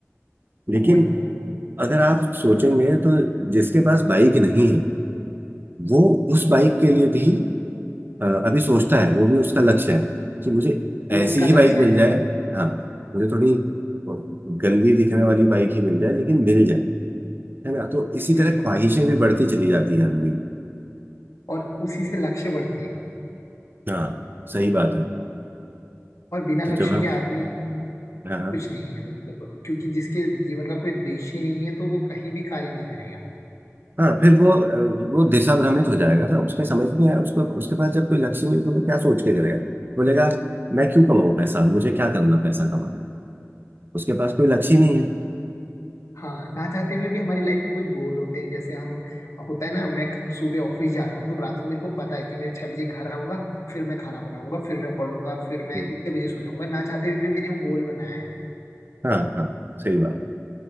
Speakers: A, on the right; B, on the left.
A: लेकिन
B: वही
A: अगर आप सोचेंगे तो जिसके पास बाइक नहीं है वो उस बाइक के लिए भी अ, अभी सोचता है वो भी उसका लक्ष्य है कि मुझे
B: वो
A: ऐसी
B: उसका
A: ही
B: लक्ष्य
A: बाइक मिल
B: है
A: जाए हाँ मुझे थोड़ी गंदी दिखने वाली बाइक ही मिल जाए लेकिन मिल जाए है ना तो इसी
B: यही
A: तरह ख्वाहिशें भी बढ़ती चली जाती हैं आदमी की।
B: और उसी से लक्ष्य बढ़ते हैं
A: हाँ सही बात है
B: और बिना लक्ष्य
A: तो जब हम
B: के आदमी
A: हाँ हाँ
B: कुछ नहीं है मतलब क्योंकि जिसके जीवन का कोई उद्देश्य नहीं है तो वो कहीं भी कार्य नहीं करेगा
A: हाँ, फिर वो अ, वो दिशा भ्रमित हो जाएगा ना उसके समझ नहीं आया उसको उसके पास जब कोई लक्ष्य नहीं है, तो वो क्या सोच के करेगा बोलेगा मैं क्यों कमाऊँ पैसा मुझे क्या करना पैसा कमा उसके पास कोई लक्ष्य ही नहीं
B: हाँ ना चाहते हुए भी हमारी लाइफ में कुछ गोल होते हैं जैसे हम होता है ना मैं सुबह ऑफिस जा रहा हूँ तो रात को मेरे को पता है कि मैं छह बजे घर आऊंगा फिर मैं खाना बनाऊंगा फिर मैं पढ़ूंगा फिर मैं
A: है
B: इतने बजे सो जाऊंगा ना चाहते हुए भी मैंने वो गोल बनाया है
A: हाँ हाँ सही बात